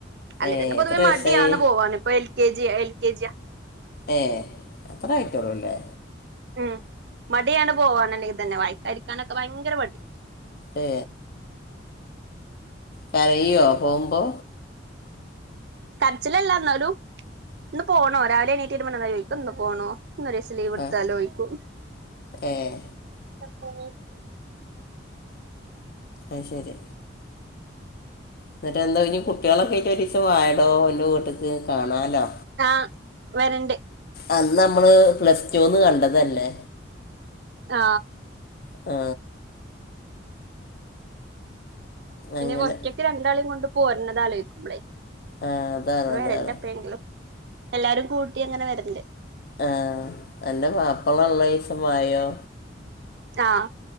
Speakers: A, on the right; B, on the left.
A: അല്ലെതന്നെ
B: ഏഹ്
A: പൊതുവെ
B: എത്ര വയസായി
A: മടിയാണ് പോവാൻ ഇപ്പ എൽ കെ ജി കേജിയ
B: ഏ അത്ര ആയിട്ടോള്ളൂല്ലേ
A: ഉം മടിയാണ് പോവാനല്ലെ ഇത് തന്നെ വായിക്കാതിരിക്കാനൊക്കെ ഭയങ്കര മടി
B: ഏ കരയുവോ പോകുമ്പോ
A: കരച്ചിലല്ല എന്നാലും ഇന്ന് പോണോ രാവിലെഎണീറ്റ് വരുമ്പോ ചോദിക്കും ഇന്ന് പോണോ ഇന്ന് ഒരു ദിവസം ലീവ് എടുത്താലോ
B: ആഹ്
A: എന്ന് ചോദിക്കും
B: ഏഹ്
A: കോ <unintelligible>
B: അ ശരി എന്നിട്ട്ന്തോ ഇനി കുട്ടികളൊക്കെട്ട് ഒരീസം വാടോ എന്റെ വീട്ടിക്ക് കാണാലോ
A: ആ വരണ്ട്‌
B: അന്ന് നമ്മള് പ്ലസ് ന്ന് കണ്ടതല്ലേ
A: ആ
B: ആ
A: പിന്നെ
B: അങ്ങനെ
A: ഒറ്റക്ക് രണ്ടാളേം കൊണ്ട് പോരണത് ആലോചികുമ്പളെ
B: ആഹ് അതാണ്
A: ആ <unintelligible>
B: അതാണ്
A: എപ്പയെങ്കിലും എല്ലാരും കൂട്ടി അങ്ങനെ വരണ്ട്
B: ആ അന്റെ മാപ്പള ഉള്ളീസം വായോ
A: ആ